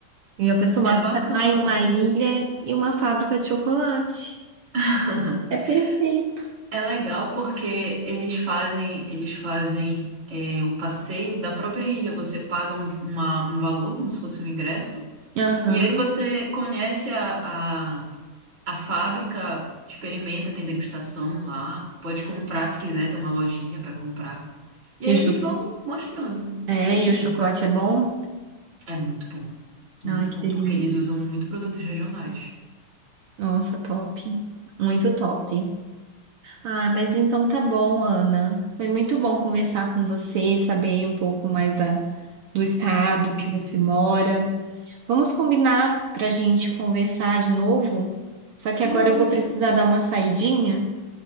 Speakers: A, on the right; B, on the right.
A: E a pessoa,
B: É
A: uma
B: bacana
A: praia,
B: lá.
A: uma ilha e uma fábrica de chocolate.
B: <laughs>
A: É perfeito.
B: É legal porque eles fazem, eles fazem é, o passeio da própria ilha. Você paga um, uma- um valor, como se fosse um ingresso,
A: Aham.
B: e aí você conhece a, a, a fábrica, experimenta, tem degustação lá, pode comprar se quiser, tem uma lojinha para comprar. E
A: E
B: aí
A: o cho-
B: eles vão mostrando
A: é,
B: tudinho.
A: e o chocolate é bom?
B: É muito bom, muito
A: Ai, que
B: bom,
A: delícia.
B: porque eles usam muito produtos regionais.
A: Nossa, top. Muito top. Ah, mas então tá bom, Ana. Foi muito bom conversar com você, saber aí um pouco mais da, do estado que você mora. Vamos combinar para a gente conversar de novo? Só que
B: Sim,
A: agora
B: vamos
A: eu vou
B: sim,
A: precisar dar uma saidinha,